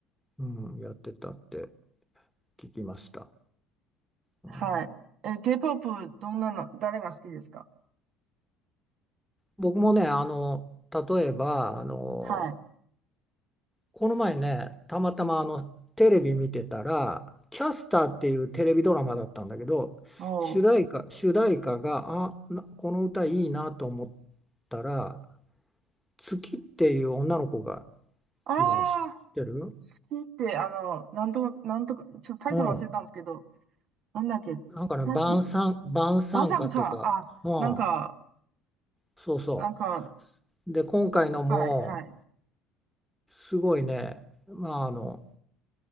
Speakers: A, in the centre; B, on the right.
A: うん、やってたって聞きました。
B: はい。
A: うん
B: え、J-POP、どんなの、誰が好きですか
A: 僕もね、あの、例えば、あの、
B: はい。
A: この前ね、たまたまあの、テレビ見てたら、キャスターっていうテレビドラマだったんだけど、
B: おう。
A: 主題歌、主題歌が、あ、なこの歌いいなと思ったら、月っていう女の子が
B: あ
A: いるの知ってる
B: あ、好きって、あの、なんとか、なんとか、ちょっとタイトル忘れたんですけど、
A: うん。
B: なんだっけ、
A: なんかね、
B: たし、
A: 晩餐、晩餐歌とか、
B: バサンか、あ、
A: うん、
B: なんか、
A: そうそ
B: なんか、
A: う。で、今回のも、
B: はい、はい。
A: すごいね、まあ、あの、